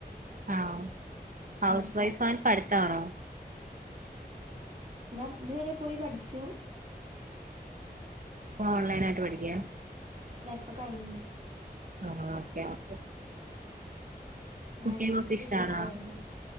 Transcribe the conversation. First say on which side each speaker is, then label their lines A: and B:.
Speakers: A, on the right; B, on the right.
A: ആഹ ഹൗസ്
B: ആഹ്
A: വൈഫ് ആ പഠത്താണോ
B: ഞാ ഇതുവരെ പോയി പഠിച്ചു
A: ഇപ്പൊ ഓൺലൈനായിയിട്ട് പഠിക്കുക
B: അപ്പൊ കഴിഞ്ഞു
A: ആഹ ഓക്കെ ഓക്കെ
B: ഞാന
A: കുക്കിംഗ്
B: ഡിഗ്രി
A: ഒക്കെ ഇഷ്ടാണോ
B: എത്തിട്ടില്ലായിരുന്നു